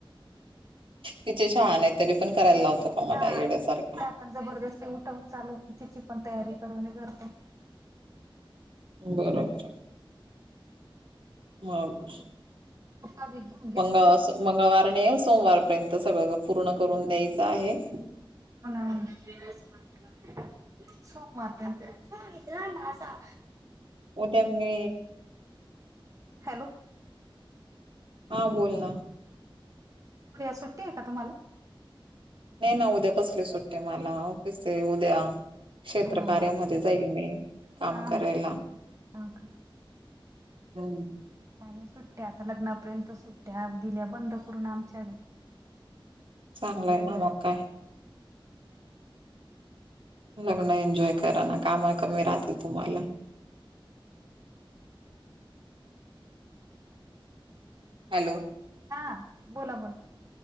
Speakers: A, on the right; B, on the right.
A: तिचे शाळा नाहीतरी पण करायला लावतो. का मला
B: हा
A: येड्यासारखा
B: <unintelligible> पण जबरदस्ती उठव चालव तिची पण तयारी करून दे करतो
A: बरोबर मावस <unintelligible>
B: <unintelligible>
A: मंग मंगळवार न सोमवारपर्यंत सगळं पूर्ण करून द्यायचं आहे.
B: होना होना सोमवार पर्यंत माझा
A: उद्या मी
B: हॅलो!
A: हा बोल ना.
B: उद्या सुट्टी आहे का तुम्हाला?
A: नाही ना उद्या कसली सुट्टी मला, ऑफिसये उद्या. क्षेत्रकार्यामध्ये
B: हा
A: जाईल मी, काम
B: हा
A: करायला.
B: काय
A: हम्म.
B: त्याने सुट्ट्या आता लग्नापर्यंत सुट्ट्या, दिल्या बंद करून आमच्या
A: चांगलंय ना मग काय. लग्न एन्जॉय करा ना, काम कमी राहतील तुम्हाला. हॅलो.
B: हा बोला बोला.